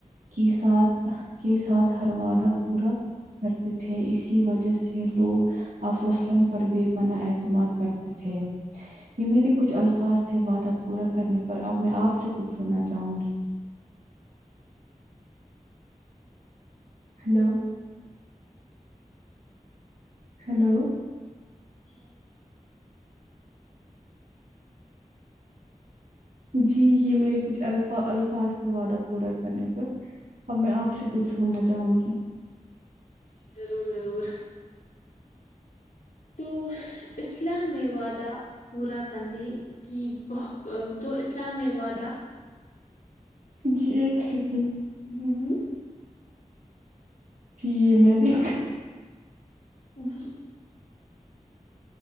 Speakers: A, on the right; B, on the left.
A: کی ساتھ کے ساتھ ہر وعدہ پورا کرتے تھے اسی وجہ سے لوگ آپ صلی اللہ علیہ وسلم پر بے پناہ اعتماد کرتے تھے یہ میرے کچھ الفاظ تھے وعدہ پورا کرنے پر اب میں آپ سے کچھ سننا چاہوں گی ہیلو ہیلو
B: جی <unintelligible>
A: جی یہ میرے کچھ الفا الفاظ تھے وعدہ پورا کرنے پر اب میں آپ سے کچھ سننا چاہوں گی
B: ضرور ضرور تو اسلام میں وعدہ پورا کرنے کہ بہ تو اسلام میں وعدہ
A: جی ایک سکینڈ
B: جی جی
A: جی یہ میری
B: جی